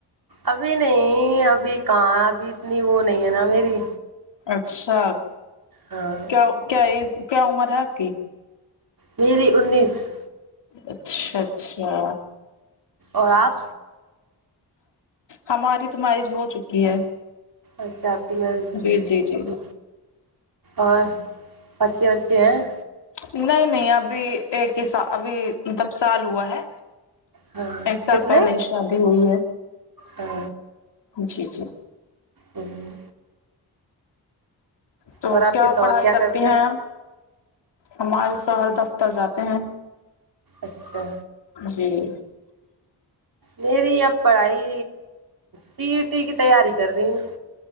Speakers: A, on the right; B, on the left.
A: ابھی نہیں ابھی کہاں ابھی اتنی وہ نہیں ہے نا میری
B: اچھا
A: ہاں
B: کیا کیا ایج کیا عمر ہے آپ کی
A: میری انیس
B: اچھا اچھا
A: اور آپ
B: ہماری تو ماریج ہو چکی ہے
A: اچھا آپکی مریج ہو
B: جی
A: گںی
B: جی جی
A: تو اور بچے وبچے ہیں
B: نہیں نہیں ابھی ایک ہی سا ابھی مطلب سال ہوا ہے
A: ہاں
B: ایک سال
A: کتنے
B: پہلے ہی شادی ہوئی ہے
A: ہاں
B: جی جی
A: ہوں
B: تو
A: اور آپ
B: کیا
A: کے شوہر
B: پڑھائی کرتی
A: کرتے
B: ہیں ہمارے شو ہر دفتر جاتے ہیں
A: اچھا
B: جی
A: میری اب پڑھائی سی ای ٹی کی تیاری کر رہی ہو